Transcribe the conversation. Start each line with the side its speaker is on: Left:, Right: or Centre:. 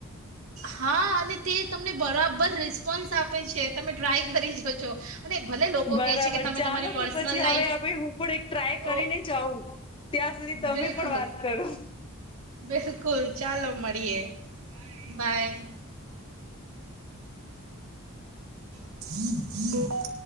Right: હા અને તે તમને બરાબર રિસ્પોન્સ આપે છે તમે ટ્રાય કરી જોજો. અને ભલે લોકો
Left: બરાબર
Right: કહે છે કે તમે
Left: ચાલો
Right: તમારી પર્સનલ
Left: તો પછી
Right: લાઈફ
Left: હવે હ હું પણ એક ટ્રાય કરી
Right: ઓ
Left: ને જાઉં. ત્યાં સુધી તમે
Right: બિલકુલ
Left: પણ વાત કરો.
Right: બિલકુલ ચાલો મળીએે. બાય. <inaudible>